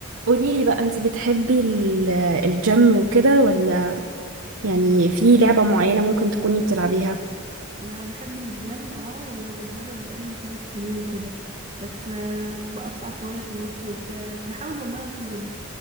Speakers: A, on the right; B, on the right.
A: قولي لي بقى انت بتحبي ال- آه، الجيم وكده ولا يعني في لعبة معينة ممكن تكوني بتلعبيها
B: انا بحب الجيم اه وبتدرب بقالي ثلاث سنين كده بس آه، بقطع شوية في النص وبتاع بحاول والله انتظم